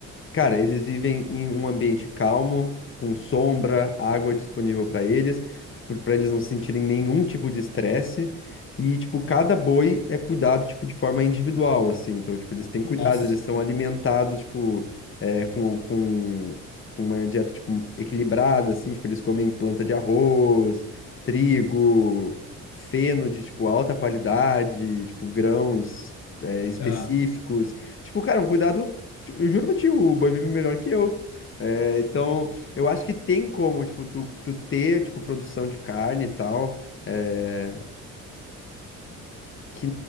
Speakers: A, on the left (about 40°); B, on the left (about 65°).
A: Cara, eles vivem em um ambiente calmo, com sombra, água disponível para eles, para eles não sentirem nenhum tipo de estresse. E, tipo, cada boi é cuidado, tipo, de forma individual, assim. Então, tipo, eles têm
B: Nossa,
A: cuidados eles são
B: cara.
A: alimentados, tipo, é, com, com, com uma dieta, tipo, equilibrada, assim. Tipo, eles comem planta de arroz, trigo, feno de, tipo, alta qualidade, tipo, grãos, é, específicos.
B: Aham.
A: Tipo, cara, um cuidado Tipo, Eu juro pra ti, o Boi vive melhor que eu. É, então, eu acho que tem como, tipo, tu, tu ter, tipo, produção de carne e tal, é, que,